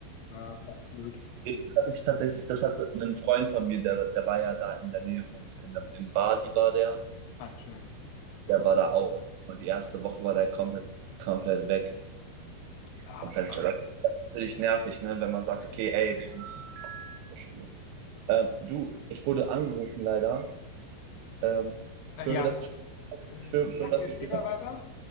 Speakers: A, on the left (about 80°); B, on the right (about 80°).
A: ja, das war echt blöd.
B: Hey, Das hatte ich tatsächlich, das hatte einen Freund von mir, der, der war ja da in der Nähe von, in, der- in Bali war der.
A: Ah, schön. Ja.
B: Der war da auch, das war die erste Woche war der komplett, komplett weg
A: ja
B: vom
A: scheiße.
B: Fenster. Das ist natürlich nervig, ne, wenn man sagt,
A: Ja.
B: okay, ey, wir sind- Entschuldigung. ähm, du, ich wurde angerufen leider. Ähm, führen
A: Äh, ja,
B: wir das
A: gut. Äh,
B: Für
A: schnacken
B: schön dass
A: wir
B: du
A: später
B: gespielt hast.
A: weiter